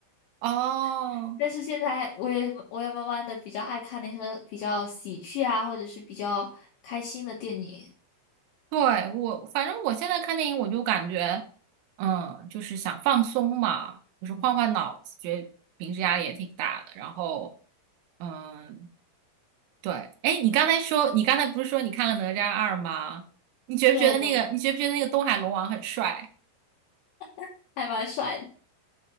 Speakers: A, on the right; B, on the left.
A: 哦，
B: <laughs> 但是现在我也我也慢慢的比较爱看那些比较喜剧啊，或者是比较开心的电影。
A: 对，我反正我现在看电影，我就感觉，嗯，就是想放松嘛，就是换换脑子，觉得平时压力也挺大的，然后，嗯，对，哎，你刚才说，你刚才不是说你看了《哪吒二》吗？你觉不觉得那个，
B: 对对，
A: 你觉不觉得那个东海龙王很帅？
B: <laughs> 还蛮帅的，